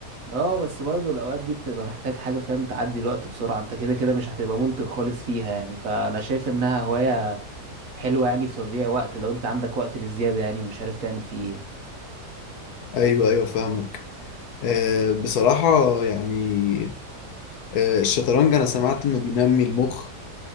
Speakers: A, on the right (about 60°); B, on the left (about 75°).
A: اه بس برضه الاوقات دي بتبقى محتاج حاجه فاهم تعدي الوقت بسرعه انت كده كده مش هتبقى منتج خالص فيها يعني فانا شايف انها هوايه حلوه يعني في تضييع وقت لو انت عندك وقت بالزياده يعني ومش عارف تعمل فيه ايه
B: ايوه ايوه فاهمك آه بصراحة يعني آه الشطرنج انا سمعت انه بينمي المخ